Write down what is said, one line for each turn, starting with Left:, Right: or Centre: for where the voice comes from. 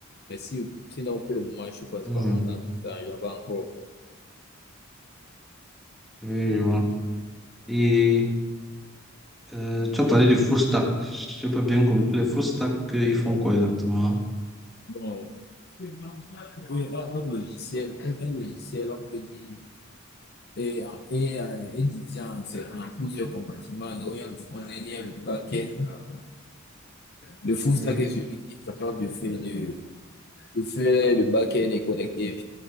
Left: Mais si, sinon, pour le moment, je suis principalement
Centre: Mmh.
Left: dans, dans Java encore.
Centre: Oui, je vois. Et euh, tu as parlé de full stack. Je n'ai pas bien compris. Les full stack, euh, ils font quoi exactement?
Left: Bon, oui, un, un logiciel, un, un logiciel, on peut dire, est, est, euh, est divisé en, en plusieurs compartiments. Donc, il y a le front-end, le back-end. Le full
Centre: Oui.
Left: stack est celui qui est capable de faire, de, de faire le back-end et connecter,